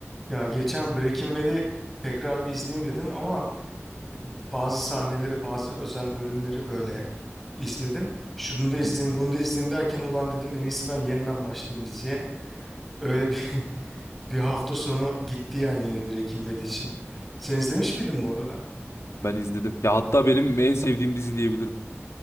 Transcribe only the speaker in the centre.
Ya geçen Breaking Bad'i tekrar bir izleyeyim dedim ama bazı sahneleri, bazı özel bölümleri böyle izledim. Şunu da izleyeyim,
bunu da izleyeyim derken ulan dedim en iyisi ben yeniden başlayayım diziye. Öyle bir <laughs> bir hafta sonu gitti yani yine Breaking Bad için. Sen izlemiş miydin bu arada?